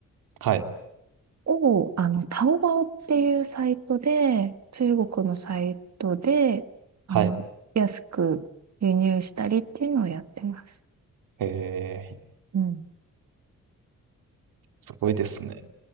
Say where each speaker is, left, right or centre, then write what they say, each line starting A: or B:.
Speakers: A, on the right; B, on the right.
A: はい、
B: を、あの、タオバオっていうサイトで、中国のサイトで、あの、
A: はい。
B: 安く輸入したりっていうのをやってます。
A: え
B: うん。
A: ー、すごいですね。